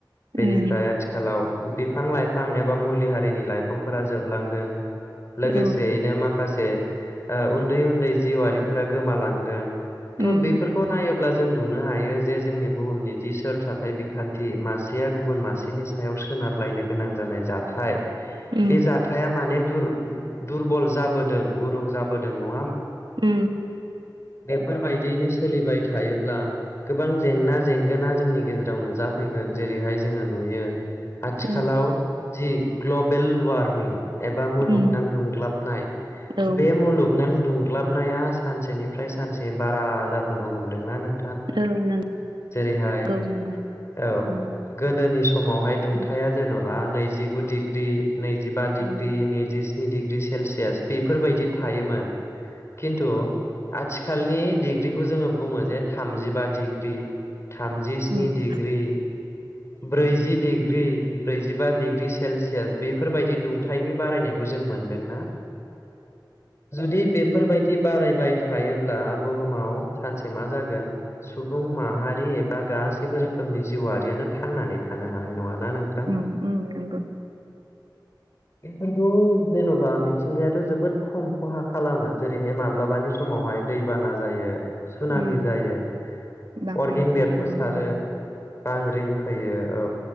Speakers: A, on the left; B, on the right.
A: बेनिफ्राय
B: उम
A: आथिखालाव बिफां लाइफां एबा मुलि हारिनि लाइफांफोरा जोबलांदों लोगोसेयैनो
B: औ
A: माखासे उन्दै उन्दै जिउआारिफोरा गोमालांदों थ'
B: उम
A: बेफोरखौ नाय अब्ला जों नुनो हायो जे जोंनि बुहुमनि जि सोर थाथाय बिखान्थि मासेया गुबुन मासेनि सायाव सोनारलायनो गोनां जानाय जाथाय
B: उम
A: बे जाथाया माने दुरबल जाबोदों गुरुं जाबोदों नङा
B: उ
A: फोरबायदियैनो सोलिबाय थायोब्ला गोबां जेंना जेंगोना जोंनि गेजेराव नुजाफैगोन जे जेरैहाय जोङो नुयो आथिखालाव
B: औ
A: जि ग्लबेल वार्मिं बा मुलुगनां
B: उम
A: दुंग्लाबनाय
B: औ
A: बे मुलुगनां दुंग्लाबनाया सानसेनिफ्राय सानसे बारा जाबोनो हमदोंना नों
B: औ नंगौ
A: जेरैहाय
B: नंगौ नंगौ
A: औ
B: उम
A: गोदोनि समावहाय दुंथाया
B: उम
A: जेन'बा बा नैजिगु डिग्रि नैजि
B: उम
A: बे नैजिस्नि डिग्रि सेलसियास बेफोरबायदि थायोमोन खिन्थु आथिखालनि डिग्रिखौ जोङो बुङो जे थामजिबा डिग्रि थामजि स्नि
B: उम
A: डिग्रि ब्रैजि डिग्रि ब्रैजि बा डिग्रि सेलसियास बेफोरबायदि दुंथायनि बारायनायखौ जों मोनदोंना जुदि बेफोरबायदि बारायबाय थायोब्ला बुहुमाव सानसे मा जागोन सुबुं माहारि एबा गासैबो रोखोमनि जिउआरियानो थांनानै थानो हानाय नङा ना नोंथां
B: उम उम नंगौ
A: बेफोरखौ जेन'बा मिथिंगायाथ' जोबोद खम खहा खालामो जेनब ओरैहाय माब्लाबानि समावहाय दैबाना जायो सुनामि
B: उम
A: जायो
B: बांग्रिं
A: अरगें
B: फैयो
A: बेरफो सारो
B: उम
A: बांग्रिं फैयो औ